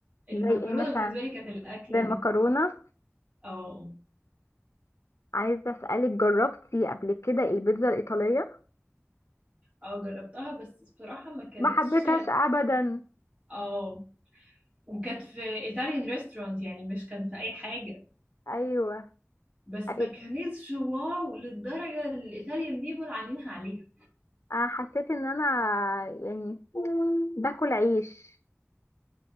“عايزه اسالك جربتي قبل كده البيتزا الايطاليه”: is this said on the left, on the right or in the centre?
Left